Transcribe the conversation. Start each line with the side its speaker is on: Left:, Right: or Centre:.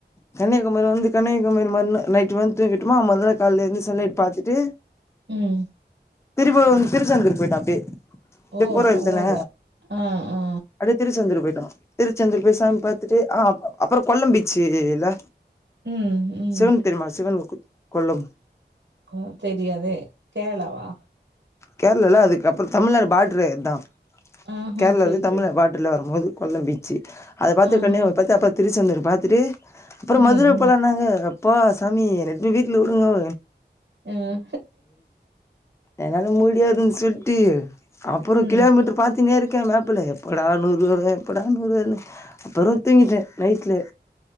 Left: கன்னியாகுமாரி வந்து கன்னியாகுமாரி மறு ந நைட்டு வந்த்ட்டு தூங்கிட்டுமா மற்நாள் கால்ல எந்தருசவொட்னே சன்லைட் பாத்துட்டு
Right: ம்
Left: திருப்பவோ திருச்செந்தூர்க்கு போயிட்ட அப்டியே அப்டியே
Right: ஓ
Left: போற வழித்தானே
Right: பரவால்ல ஆ ஆ
Left: அப்டியே திருச்செந்தூர் போய்ட் தா திருச்செந்தூர் போய் சாமி பாத்துட்டு ஆ அப் அப்புறோ கொல்லம் பீச்சு இல்ல
Right: ம் ம்
Left: சிவன் தெரியுமா சிவன் கொல்லம்
Right: ஹ தெரியாதே கேரளாவா
Left: கேரளால அதுக்கு அப்புறோ தமிழ்நாடு பாட்ரு அதா
Right: ஆஹா
Left: கேரளா
Right: சேரி
Left: இது தமிழ்
Right: சேரி
Left: நாடு பாடுர்ல வரும் போது கொல்லம் பீச்சு அத பாத்துட்டு
Right: ஆஹா
Left: கண்யாகுமாரி பாத்து அப்றோ திருச்செந்தூரு பாத்துட்டு அப்புறோ
Right: ம்
Left: மதுர
Right: ம்
Left: போலானாங்க அப்பா சாமி என்ன போய் வீட்ல விடுங்கோ
Right: ம்
Left: என்னால முடியாதுன்னு சொல்ட்டு அப்புறோ
Right: ம்
Left: கிலோமீட்ரு பாத் தனியா இருக்கே மேப்புல எப்படா நூறு எப்படா நூறு வரூனு அப்புறோ தூங்கிட்டே நைட்லே